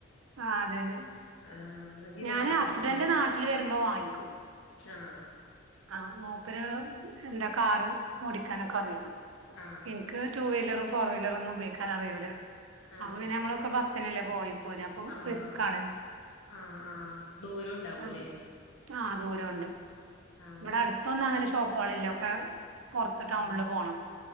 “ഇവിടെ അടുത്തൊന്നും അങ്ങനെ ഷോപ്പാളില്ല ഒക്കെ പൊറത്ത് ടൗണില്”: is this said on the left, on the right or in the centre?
Right